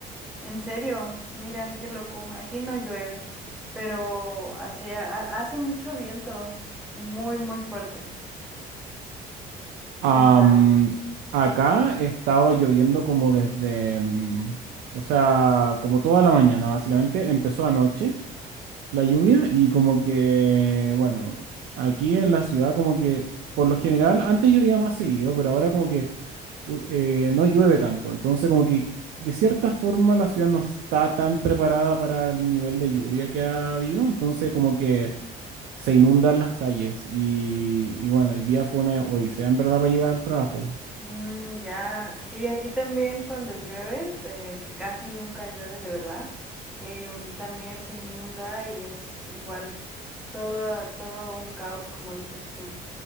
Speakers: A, in the centre; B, on the right (about 70°).
A: en serio, mira, qué loco, aquí no llueve, pero hace, hace mucho viento, es muy, muy fuerte, quién
B: Am,
A: sabe.
B: acá he estado lloviendo como desde, mm, o sea, como toda la mañana, básicamente. Empezó anoche la lluvia y como que, bueno, aquí en la ciudad como que, por lo general, antes llovía más seguido, pero ahora como que... u- eh, no llueve tanto. Entonces, como que de cierta forma la ciudad no está tan preparada para el nivel de lluvia que ha habido. Entonces, como que se inundan las calles. Y, y bueno, hoy día fue una odisea en verdad para llegar al trabajo.
A: Mm, ya, sí, aquí también cuando llueve, eh, que casi nunca llueve de verdad, em, también se inunda y es igual todo, todo un caos, como dices tú,